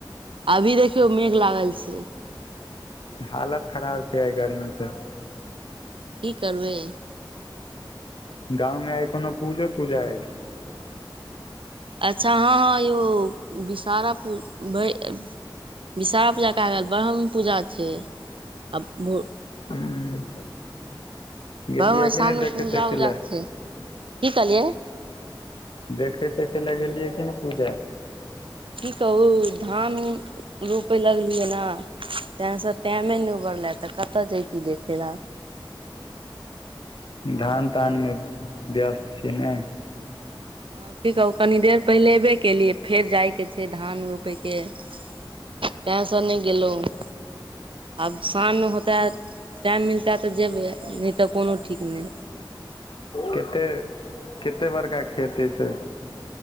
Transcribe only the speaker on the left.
हालत खराब छै आय गर्मी से
गाँव मे आइ कोनो पूजो तुजा अइ <inaudible>
हं गेलियै
कि
नहि देखे
तेखै
लए
देखे तेखे लए गेलियै कि ने पूजा
धान तानमे व्यस्त छियै ने
केते केते बड़का खेती छै से